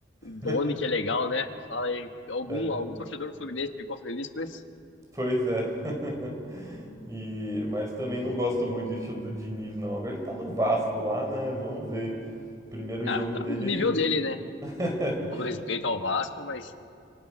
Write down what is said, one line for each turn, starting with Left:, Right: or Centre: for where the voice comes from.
Right: <laughs>
Left: Doni que é legal, né? Fala aí, algum,
Right: É,
Left: algum torcedor do Fluminense ficou feliz com isso?
Right: pois é. <laughs> E, mas também
Left: Ou-
Right: não
Left: ou-
Right: gosto muito do estilo do Diniz, não. Agora ele tá no Vasco lá, né? Vamos ver. Primeiro
Left: Ah,
Right: jogo
Left: tá
Right: dele.
Left: no nível dele, né?
Right: <laughs>
Left: Com todo respeito ao Vasco, mas